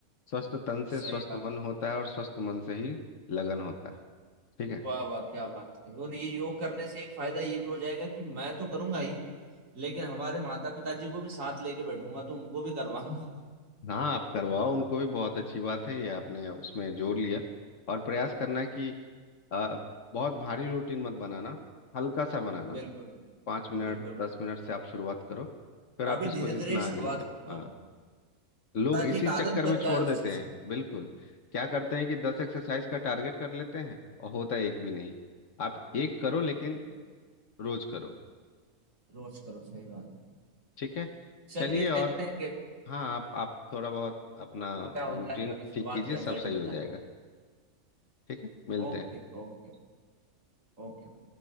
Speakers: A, on the left; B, on the right.
A: स्वस्थ तन से
B: सही
A: स्वस्थ
B: बात
A: मन होता है और स्वस्थ मन से ही लगन होता है ठीक है
B: वाह वाह क्या बात है और ये योग करने से एक फायदा ये भी हो जाएगा कि मैं तो करूंगा ही लेकिन हमारे माता पिताजी को भी साथ लेके बैठूंगा तो उनको भी करवाऊंगा
A: हाँ आप करवाओ उनको भी बहुत अच्छी बात है ये आपने उसमें जोड़ लिया और प्रयास करना कि आ, बहुत भारी रूटीन मत बनाना हल्का सा बनाना
B: बिल्कुल
A: पाँच मिनट
B: बिल्कुल
A: दस
B: बिल्कुल
A: मिनट से आप शुरुआत करो फिर आप
B: अभी
A: इसको
B: धीरे
A: जितना
B: धीरे
A: आगे
B: शुरुआत
A: ले जाओ
B: करूंगा
A: हाँ
B: मैं
A: लोग
B: ताकि
A: इसी
B: एक आदत
A: चक्कर में
B: बन
A: छोड़
B: जाए
A: देते
B: उस चीज
A: हैं बिल्कुल क्या करते हैं कि दस एक्सरसाइज का टारगेट कर लेते हैं और होता एक भी नहीं आप एक करो लेकिन
B: की
A: रोज करो
B: रोज करो सही बात है
A: ठीक है
B: चलिए
A: चलिए और
B: देखते हैं क्या
A: हाँ आप आप थोड़ा बहुत अपना
B: क्या होता
A: रूटीन
B: है फिर अभी शुरुआत
A: ठीक कीजिए
B: का
A: सब
B: रिजल्ट
A: सही
B: मिलता
A: हो जाएगा
B: है
A: ठीक है मिलते
B: Okay
A: हैं
B: okay ओके